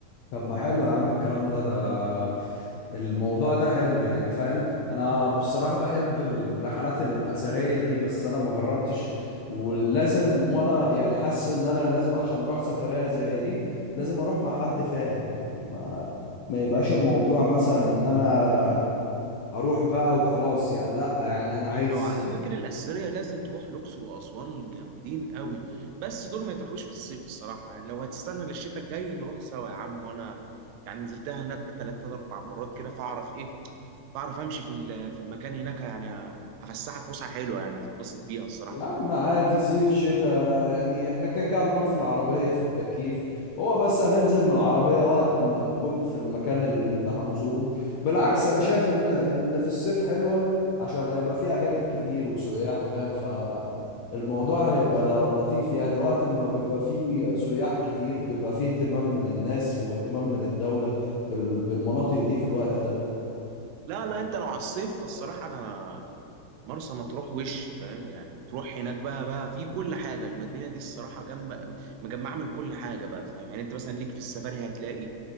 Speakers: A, on the left; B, on the right.
A: طب ما حلو يا عم الكلام ده ده الموضوع ده حلو يعني فاهم انا بصراحة بحب الرحلات الأثرية دي بس انا ما جربتش ولازم وانا يعني حاسس ان انا لازم عشان اروح سفرية زي دي لازم اروح مع حد فاهم يعني ما ما يبقاش الموضوع مثلا ان انا اروح بقى وخلاص يا لا يعني انا عايز
B: لو على الاماكن الاثريه لازم تروح الاقصر واسوان جامدين قوي بس دول ما يتروحوش في الصيف الصراحه يعني لو هتستنى للشتاء الجاي نروح سوا يا عم وانا يعني نزلتها هناك ثلاث اربع مرات كده فاعرف ايه بعرف امشي في ال- في المكان هناك يعني هفسحك فسحه حلوه يعني هتتبسط بيها الصراحه
A: يا
B: في
A: عم عادي صيف شتاء يعني احنا كده كده نروح في العربية في التكييف هو بس هننزل من العربية وقت ما نكون في المكان اللي هنزوره بالعكس انا شايف ان ان في الصيف حلوة عشان هيبقى في اجانب كتير وسياح فاهم فالموضوع هيبقى ل- لطيف يعني وقت ما بيبقى فيه سياح كتير بيبقى فيه اهتمام من الناس واهتمام من الدولة بال- بالمناطق دي في الوقت ده
B: لا لا انت لو على الصيف فالصراحه انا مرسى مطروح وش فاهم يعني تروح هناك بقى بقى في كل حاجه المدينه دي الصراحه جنب مجمعه من كل حاجه بقى فاهم يعني انت مثلا ليك في السفاري هتلاقي